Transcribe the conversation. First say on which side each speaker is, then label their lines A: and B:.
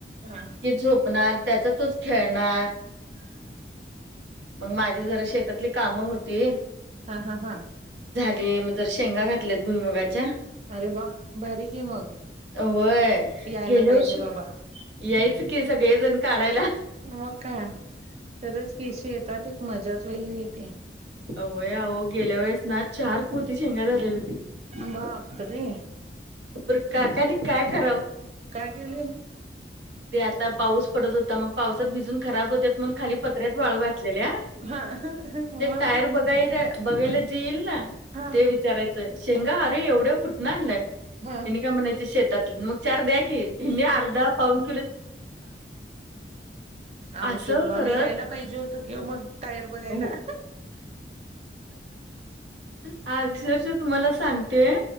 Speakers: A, on the right; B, on the right.
A: हा.
B: की झोपणार त्याचा तोच खेळणार.
A: हां.
B: मग माझी जरा शेतातली कामं होती
A: हां हां हां.
B: ली. शेंगा घातल्यात भुईमूगाच्या
A: अरे वा भारी की मग
B: होय
A: यायला
B: गेल्या
A: पाहिजे
B: वर्षी
A: बाबा.
B: यायचं की सगळेजण काढायला.
A: मग काय खरंच की शे तात एक मजाच वेगळी येते.
B: अ होय अहो गेल्यावेळेस ना चार पोती शेंगा झालेल्या तिथे
A: बापरे
B: पर काकांनी काय कराव?
A: काय केले?
B: ते आता पाऊस पडत होता मग पावसात भिजून खराब होत्यात म्हणून खाली पत्र्यात वाळू घातलेल्या
A: हा मग
B: ते टायर बघाय <unintelligible> बघायला जे येईल ना
A: हा
B: ते विचारायचं शेंगा अरे एवढ्या कुठनं आणलाय?
A: हा
B: ते मी काय म्हणायचे शेतात म चार द्या की मी अर्धा पाऊण
A: आम्ही
B: असं
A: चुकलो
B: करत
A: आम्ही घ्यायला पाहिजे होतो की <unintelligible> टायर बघायला.
B: हो अक्षरशः तुम्हाला सांगते